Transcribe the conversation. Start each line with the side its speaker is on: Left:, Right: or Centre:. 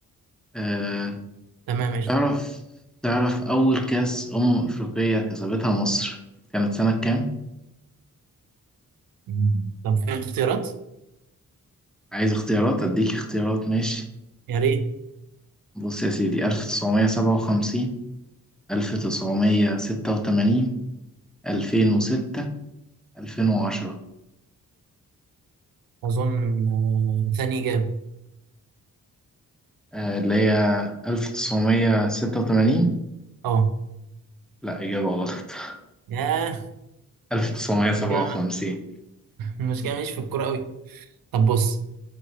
Centre: آه،
Right: تمام قشطه
Centre: تعرف تعرف أول كأس أمم أفريقية كسبتها مصر كانت سنة كام؟
Right: مم. طب في اختيارات
Centre: عايز اختيارات أديك اختيارات ماشي
Right: يا ريت
Centre: بص يا سيدي ألف تسعمية سبعة وخمسين ألف تسعمية ستة وتمانين ألفين وستة ألفين وعشرة
Right: اظن آه، ثاني اجابه
Centre: آه، اللي هي ألف تسعمية ستة وتمانين
Right: اه
Centre: لأ إجابة غلط <laughs>
Right: ياه
Centre: ألف تسعمية سبعة
Right: مش كده <laughs>
Centre: وخمسين
Right: مش كده ماليش في الكوره قوي طب بص